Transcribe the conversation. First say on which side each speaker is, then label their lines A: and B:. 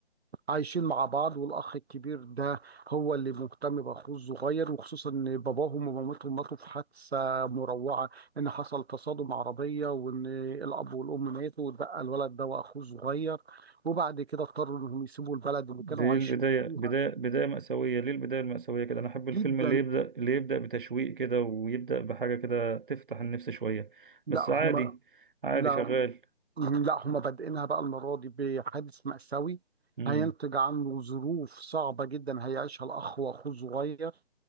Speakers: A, on the right (about 70°); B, on the right (about 55°).
A: عايشين مع بعض والاخ الكبير ده هو اللي مهتم باخوه الصغير وخصوصا ان باباهم ومامتهم ماتوا في حادثه مروعه ان حصل تصادم عربيه وان الاب والام ماتوا واتبقى الولد ده واخوه الصغير وبعد كده اضطروا انهم يسيبوا البلد اللي
B: دي
A: كانوا عايشين
B: البداية
A: فيها
B: بداية بداية مأساوية ليه البداية المأساوية كده أنا أحب الفيلم
A: جدا
B: اللي يبدأ اللي يبدأ بتشويق كده ويبدأ بحاجة كده تفتح النفس شوية
A: لا
B: بس عادي
A: هم
B: عادي
A: لا
B: شغال
A: لا هم بادئينها بقى المرة دي بحادث مأساوي
B: مم.
A: هينتج عنه ظروف صعبة جدا هيعيشها الأخ وأخوه الصغير